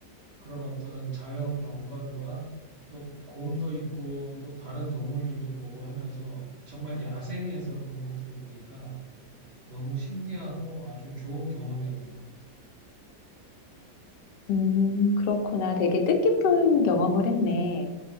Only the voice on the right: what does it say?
그런 어떤 자연 경관과 또 곰도 있고 또 다른 동물들도 보고 하면서 정말 야생에서 그런 것들을 보니까 너무 신기하고 아주 좋은 경험이었던 것 같아.